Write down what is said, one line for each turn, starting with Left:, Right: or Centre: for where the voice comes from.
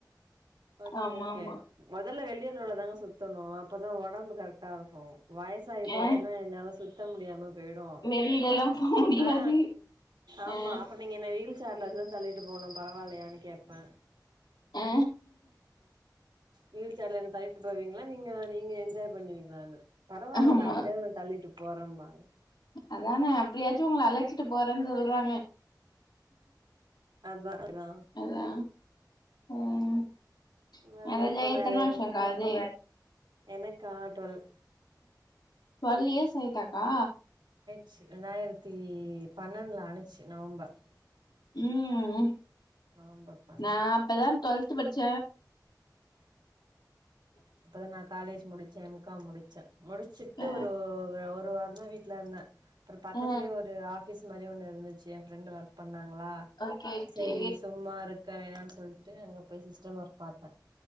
Right: ஓகே
Left: ஆமா
Right: ஓகே
Left: ஆமா
Right: மொதல்ல வெளியூர்ல உள்ளதாங்க சுத்தணு அப்பதா ஒடம்பு கரெக்ட்டா இருக்கு வயசாயி போச்சுன்னா
Left: ஆ
Right: என்னால சுத்த முடியாம பேய்டு
Left: வெளியிலல்லா போ முடியாது
Right: ஆ ஆமா
Left: ஆ
Right: அப்பறொ நீங்க என்ன வீல் சேர்லதா தள்ளிட்டு போணு பரவா இல்லையானு கேப்ப
Left: ஆ
Right: வீல் சேர்ல என்ன தள்ளிட்டு போவீங்ளா நீங்க நீங்க என்ஜாய் பண்ணுவீங்களானு பரவால்ல
Left: ஆமா
Right: நா அப்டியாது ஒன்ன தள்ளிட்டு போறம்பாங் அ
Left: அதான அப்டியாச்சு உங்கள அழச்சிட்டு போறன் சொல்றாங்க
Right: அதா அதா
Left: அதா ம்
Right: அதுங்க
Left: மேரேஜ்
Right: எப்ப
Left: ஆயி
Right: மேரேஜ்
Left: எத்தன வருஷோக்கா ஆகுது
Right: எனக்கா ட்வல்
Left: ட்வல் இயர்ஸ் ஆய்ட்டாக்கா
Right: ச் ரெண்டாயிரத்தி பன்னெண்ட்ல ஆனுச்சி நவம்பர்
Left: ம்
Right: நவம்பர் பன்னெண்டு
Left: நா அப்பதா டுவல்த்து படிச்ச
Right: அப்பதா நான் காலேஜ் முடிச்ச எம் காம் முடிச்ச முடிச்சிட்டு
Left: அ
Right: ஒரு ஒரு வாரந்தா வீட்ல இருந்த அப்பறொ பக்கத்லயே
Left: அ
Right: ஒரு ஆஃபிஸ் மாரி ஒண்ணு இருந்துச்சி ஏ ஃப்ரெண்டு ஒர்க் பண்ணாங்ளா
Left: ஓகே ஓகே
Right: சேரி சும்மா இருக் க்க வேணான் சொல்ட்டு அங்க போய் சிஸ்டம் ஒர்க் பாத்த